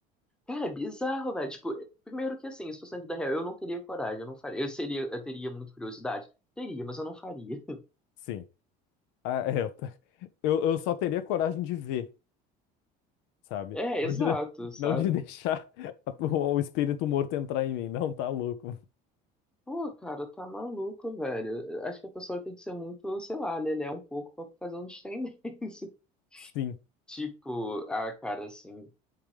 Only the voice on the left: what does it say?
Sim. Ah, é, eu, ta- eu, eu só teria coragem de ver, sabe?
Não
de, de-
não de <laughs> deixar a- o o espírito morto entrar em mim. Não, tá louco.
Sim.